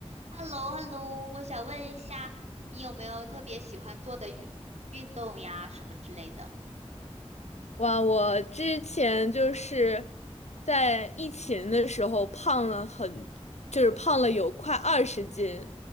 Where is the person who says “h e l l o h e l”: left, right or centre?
Right